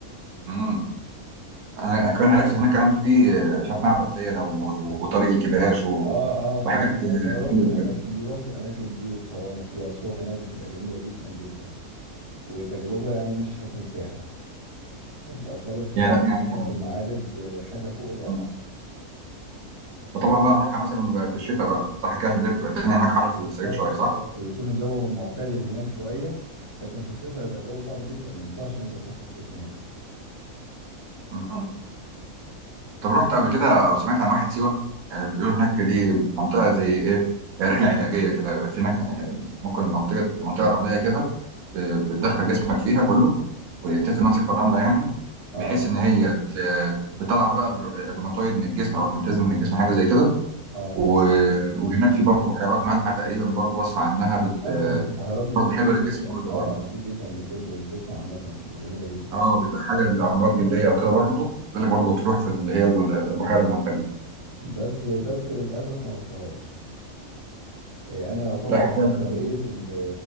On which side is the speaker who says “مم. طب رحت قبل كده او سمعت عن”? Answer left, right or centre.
Right